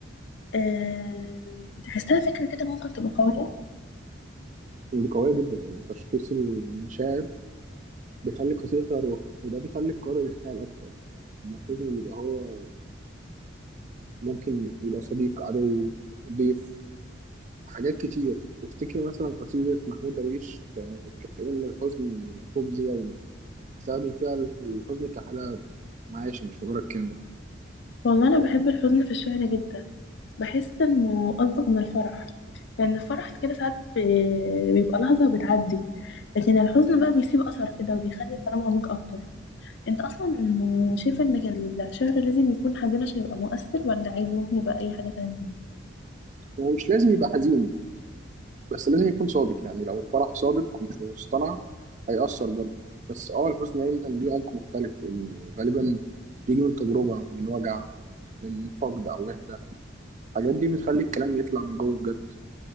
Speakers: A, on the left (about 60°); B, on the right (about 40°).
A: أه... تحسها فكره كده ممكن تبقى قويه
B: دي قوية جدا يعني تشخيص المشاعر بيخلي القصيدة فيها روح وده بيخلي القارئ يتفاعل أكتر لما الحزن يبقى هو ممكن يبقى صديق عدو ضيف حاجات كتير افتكر مثلا قصيدة محمود درويش ك- كأن الحزن خبز يومي استخدم فيها الحزن كحالة معيشة مش مجرد كلمة
A: والله انا بحب الحزن في الشعر جدا بحس انه انطق من الفرح يعني الفرح كده ساعات ب- بيبقى لحظة وبتعدي لكن الحزن بقى بيسيب أثر كده وبيخلي الكلام عميق أكتر أنت أصلا شايفة إن الشعر لازم يكون حزين عشان يبقى مؤثر ولا عادي ممكن يبقى أي حاجة تانية
B: ومش لازم يبقى حزين بس لازم يكون صادق يعني لو الفرح صادق ومش مصطنع هيأثر برضه بس اه الحزن دايما ليه عمق مختلف لأنه غالبا بيجي من تجربة من وجع من فقد أو وحدة الحاجات دي بتخلي الكلام يطلع من جوه بجد